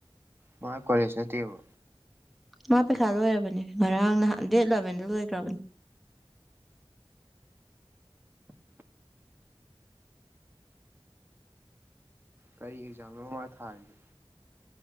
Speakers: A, on the right (about 20°); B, in the centre.
A: ꯃꯥꯣꯏ ꯀꯣꯦꯖ ꯅꯠꯇꯦꯕ
B: ꯃꯥ ꯄꯩꯈꯥ ꯂꯣꯏꯔꯕꯅꯤ ꯉꯔꯥꯡ ꯅꯍꯥꯟ ꯗꯦꯠ ꯂꯂꯕꯦꯟꯗ ꯂꯣꯏꯈ꯭ꯔꯕꯅꯤ
A: ꯀꯔꯤ ꯑꯦꯛꯖꯥꯝ ꯑꯃ ꯊꯥꯔꯤꯒꯦ